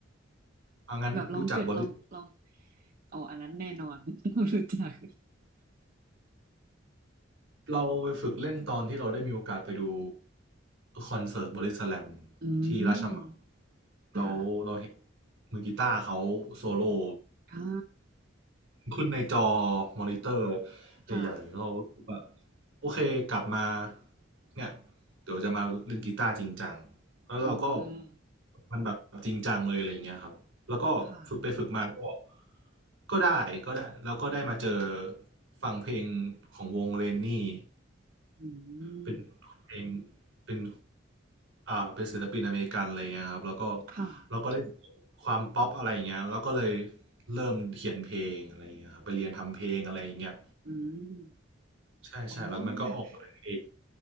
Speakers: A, on the right; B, on the right.
A: <laughs>
B: เอางั้นรู้จักบอด
A: แบบลองเกิดลองลองอ๋ออันนั้นแน่นอน <laughs> รู้จัก
B: เราไปฝึกเล่นตอนที่เราได้มีโอกาสไปดูคอนเสิร์ตบอดี้สแลม
A: <laughs> อื
B: ที่ราชมัง
A: มค่ะ
B: เราเราเห็นมือกีตาร์เขาโซโล่
A: อ่า
B: ขึ้นในจอมอนิเตอร์
A: ค่ะ
B: ใหญ่ๆเรารู้สึกว่าโอเคกลับมาเนี่ยเดี๋ยวจะมาเล่นกีตาร์จริงจังแล้วเราก็
A: อืม
B: มันแบบจริงจังเลยอะไรอย่างเงี้ยครับแล้วก็ฝึกไปฝึกมาก็
A: ค่ะ
B: ก็ได้ก็ได้แล้วก็ได้มาเจอฟังเพลงของวงเรนนี่
A: อืม
B: เป็นเพลงเป็นอ่าเป็นศิลปินอเมริกันอะไรเงี้ยครับแล้วก็
A: ค่ะ
B: เราก็ได้ความป๊อปอะไรอย่างเงี้ยแล้วก็เลยเริ่มเขียนเพลงอะไรอย่างเงี้ยครับไปเรียนทำเพลงอะไรอย่างเงี้ย
A: อืม
B: ใช่ใช่แล้วมันก็ออกมาเป็นเพลง
A: อ๋อแบบ